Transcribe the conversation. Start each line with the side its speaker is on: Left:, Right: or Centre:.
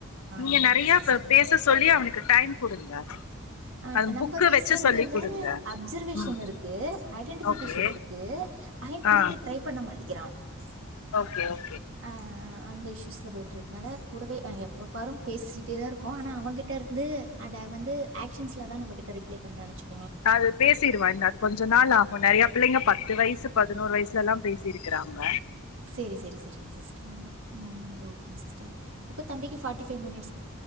Left: நீங்க
Right: ஆமாமா
Left: நறைய
Right: சிஸ்டர்.
Left: பேச சொல்லி அவனுக்கு டைம் குடுங்க
Right: ஹ
Left: அது
Right: நம்ம
Left: புக்கு
Right: பேசுறதுல
Left: வச்சு சொல்லி குடுங்க
Right: அப்சர்வேஷ
Left: ம்
Right: இருக்கு ஐடென்டிபிகேஷ
Left: ஓகே
Right: இருக்கு அன் திருப்பி
Left: ஆ
Right: ட்ரை பண்ண மாட்ட நடிக்கிறா <unintelligible>
Left: ஓகே ஓகே
Right: ஆஹஹ <unintelligible> அந்த இஷ்யூஸில் போய்டட்டுக்கனால கூடவே எப்பப்பாரு பேசிகிட்டே தா இருக்கோ ஆனா அவங்ககிட்ட இருந்து அத வந்து ஆக்ஷன்ஸில தா நம்மகிட்ட ரிப்ளே பண்ணறான்னுச்சோ
Left: அது பேசிடுவா அது கொஞ்ச நாள் ஆகு நறைய பிள்ளைங்க பத்து வயசு பத் பதினோரு வயசுல எல்லா பேசியிருக்கிறாங்க
Right: சேரி சேரி சரிங்க சிஸ்டர் ஓகே சிஸ்டர் இப்ப தம்பிக்கி ஃப <unintelligible> முடி